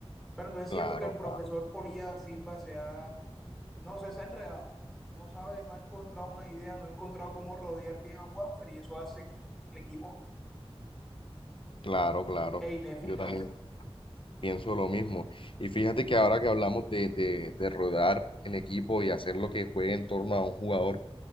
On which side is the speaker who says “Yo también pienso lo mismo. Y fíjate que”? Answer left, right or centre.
Left